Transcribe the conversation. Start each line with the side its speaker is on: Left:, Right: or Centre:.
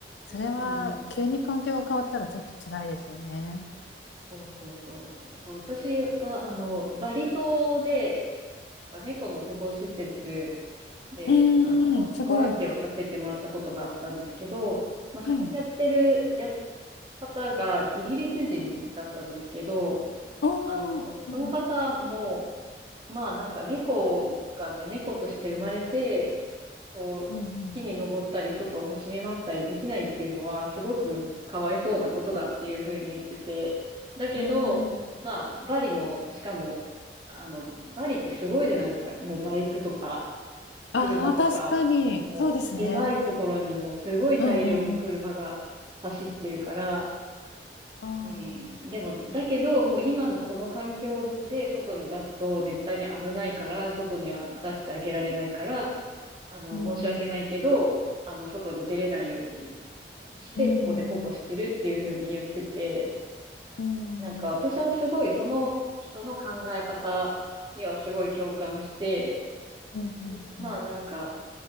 Right: うん。
Left: それは急に環境が変わったらちょっと辛いですよね。
Right: そうそうそう。だから私は、あの、バリ島で、なんか猫の保護施設で、
Left: うーん、
Right: あの、
Left: すごい。
Right: ボランティアをさせてもらったことがあったんですけど、まあ、そこやってる、
Left: はい。
Right: や、方がイギリス人だったんですけど、
Left: おー。
Right: あの、
Left: うん
Right: その方も、まあなんか猫がね、猫として生まれて、こう、
Left: うんうん
Right: 木に登ったり、外を走り回ったりできないっていうのは、すごくかわいそうなことだっていうふうに言ってて、だけど、
Left: うん。
Right: まあ、バリの、しかも、あの、バリってすごいじゃないですか。もうバイクとか、車とか、
Left: ああ、確かに。
Right: もう狭いところにもうすごい大量の車が走ってるから、
Left: そうですね。うんうんうん。ああ。
Right: うん、でも、だけど、もう今のこの環境で外に出すと絶対に危ないから、外には出してあげられないから、あの、
Left: うん
Right: 申し訳ないけど、あの、外に出れないようにして、
Left: うんうん。
Right: ここで保護してるっていうふうに言ってて、
Left: うんうんうん。
Right: なんか私はすごいその人の考え方にはすごい共感して、
Left: うんうんうん。
Right: まあなんか、